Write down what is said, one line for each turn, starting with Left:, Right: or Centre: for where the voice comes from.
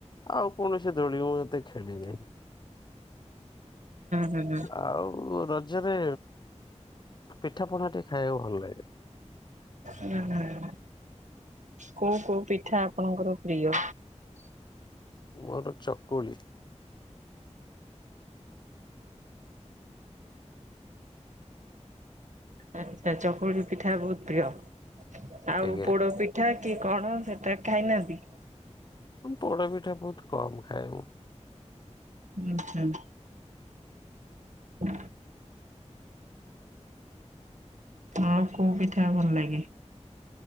Left: ଆଉ କୌଣସି ଦୋଳିି ମୁଁ ଏତେ ଖେଳି ନାହିଁ।
Right: ହୁଁ।
Left: ଆଉ ରଜରେ ପିଠାପଣା ଟିକେ ଖାଇବାକୁ ଭଲ ଲାଗେ।
Right: ଉ ହୁଁ। କୋଉ କୋଉ ପିଠା ଆପଣଙ୍କର ପ୍ରିୟ?
Left: ମୋର ଚକୁଳି।
Right: ଆଚ୍ଛା ଚକୁଳି ବି ପିଠାରେ ବହୁତ ପ୍ରିୟ। ଆଉ
Left: ଆଜ୍ଞା
Right: ପୋଡ ପିଠ ଠା କି କଣ ସେଇଟା ଖାଇନାହାନ୍ତି-?
Left: ହଁ ପୋଡ ପିଠା ବହୁତ କମ ଖାଏ ମୁଁ।
Right: ଉ ହୁଁ। ହୁଁ। ମାଙ୍କୁ କୋଉ ପିଠା ଭଲ ଲାଗେ?